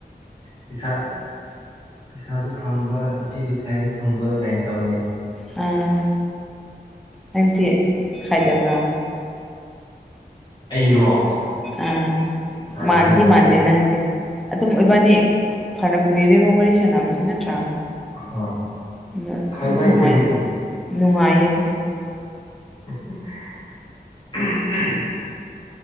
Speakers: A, on the left; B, in the centre.
A: ꯄꯤꯁꯥ ꯄꯩꯁꯥꯁꯨ ꯐꯪꯕ ꯅꯨꯄꯤꯁꯨ ꯈꯥꯏꯕ ꯐꯪꯕ ꯀꯥꯏꯅ ꯇꯧꯔ ꯂꯩꯅꯤ
B: ꯑꯥ ꯅꯪꯗꯤ ꯈꯥꯏꯗꯕ꯭ꯔꯥ
A: ꯑꯩꯔꯣ
B: ꯑ
A: ꯍꯥꯏꯗꯦꯗ
B: ꯃꯥꯥꯟꯗꯤ ꯃꯥꯥꯟꯗ ꯅꯪꯪꯗꯤ ꯑꯗꯨꯝ ꯑꯣꯏꯕꯥꯅꯤ ꯐꯅ ꯀꯨꯏꯔꯦꯕ ꯋꯥꯔꯤ ꯁꯥꯟꯕꯁꯤ ꯅꯠꯇ꯭ꯔꯥ
A: ꯍꯣꯏ
B: ꯑꯗꯥ
A: ꯈꯥꯏꯕ
B: ꯑꯗꯨꯝ
A: ꯍꯩꯇꯦ
B: ꯅꯨꯡꯉꯥꯏ
A: ꯑꯩꯈꯣꯏꯗꯤ
B: ꯅꯨꯡꯉꯥꯏꯌꯦ ꯑꯗꯨꯝ
A: <unintelligible>